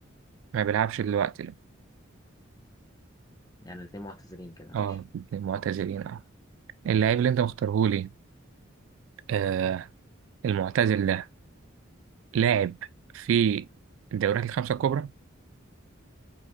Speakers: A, on the right; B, on the left.
A: ما بيلعبش دلوقتي لا
B: يعني الاتنين معتزلين كده ماشي
A: أه معتزلين أه اللعيب اللي أنت مختارهولي آه المعتزل ده لاعب في الدوريات الخمسة الكبرى